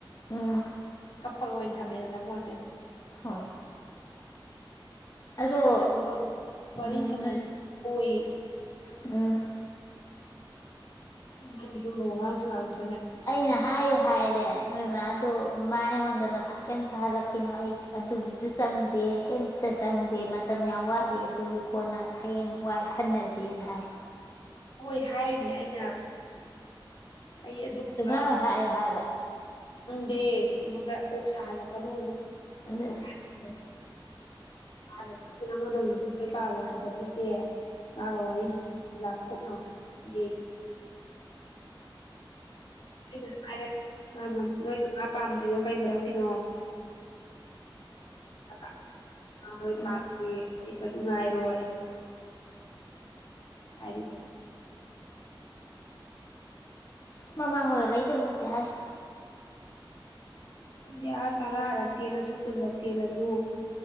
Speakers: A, on the left; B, on the left.
A: ꯎꯝ
B: ꯀꯞꯄꯒ ꯑꯣꯏꯅ ꯊꯝꯃꯦꯗꯅ ꯐꯣꯟꯁꯦ
A: ꯍꯣꯏ
B: ꯃꯤ
A: ꯑꯗꯣ
B: ꯐꯠꯇꯕꯔꯣ ꯋꯥꯔꯤ
A: ꯎꯝ
B: ꯁꯅꯥ
A: ꯅꯣꯏ
B: ꯕꯤꯌꯨꯀꯣ ꯌꯦ
A: ꯎꯝ
B: ꯃꯥꯒꯤ ꯑꯗꯨꯒꯨꯝꯕ ꯋꯉꯥꯡ ꯁꯉꯥꯡꯗꯣ
A: ꯑꯩꯅ ꯍꯥꯏꯌꯨ ꯍꯥꯏꯔꯦ ꯅꯣꯏ ꯃꯥ ꯑꯗꯣ ꯃꯥ ꯑꯩꯉꯣꯟꯗ ꯃꯊꯥ ꯀꯩꯝ ꯁꯥꯍꯜꯂꯛꯈꯤꯅꯣ ꯑꯩ ꯑꯗꯨꯒꯤꯁꯨ ꯆꯪꯗꯦ ꯀꯩꯌꯤꯝꯇ ꯆꯪꯗꯦ ꯃꯇꯝ ꯌꯥꯝ ꯋꯥꯠꯂꯤ ꯑꯗꯨꯒꯤ ꯀꯣꯟꯅ ꯍꯌꯦꯡ ꯋꯥꯏ ꯈꯟꯅꯖꯦꯅ ꯍꯥꯏꯌꯦ
B: ꯍꯣꯏ ꯍꯥꯏꯔꯤꯅꯦ ꯑꯩꯅ ꯑꯩ ꯑꯗꯨꯒꯨꯝꯕ
A: ꯑꯗꯨꯃꯥꯏ ꯑꯣꯏ ꯍꯥꯏꯌꯣ ꯍꯥꯏꯕ
B: ꯗꯦ ꯑꯩꯉꯣꯟꯗ ꯀꯣꯛ ꯁꯥꯍꯜꯂꯛꯀꯅꯨ
A: ꯑꯗꯨꯅꯤ
B: <unintelligible> ꯑꯗꯨꯗꯣ ꯍꯧꯖꯤꯛꯅꯪ ꯉꯣꯟꯗ ꯌꯨꯝꯀꯩ ꯄꯥꯜꯂꯣ ꯍꯥꯏꯕ ꯅꯠꯇꯦ ꯃꯥꯒ ꯋꯥꯔꯤ ꯂꯥꯞꯊꯣꯛꯅꯧ ꯍꯥꯏꯌꯦ ꯑꯩꯅ ꯍꯥꯏꯔꯦ ꯅꯣꯏꯅ ꯃꯥ ꯄꯥꯝꯗ꯭ꯔꯤꯗꯣ ꯀꯩ ꯃꯔꯝꯒꯤꯅꯣ ꯏꯃꯥ ꯍꯣꯏ
A: ꯎꯝ
B: ꯄꯥꯝꯗꯦ ꯂꯩꯕ ꯅꯨꯡꯉꯥꯏꯔꯣꯏ ꯍꯥꯏꯔꯤꯕ
A: ꯃꯃꯥ ꯍꯣꯏꯒ ꯂꯩꯗꯧ ꯅꯠꯇꯦ ꯍꯥꯏꯌꯣ
B: ꯑꯗꯨꯗꯤ ꯑꯥ ꯇꯔꯥ ꯔꯛ ꯆꯦꯜꯂꯁꯨ ꯀꯨꯟꯂꯛ ꯆꯦꯜꯂꯁꯨ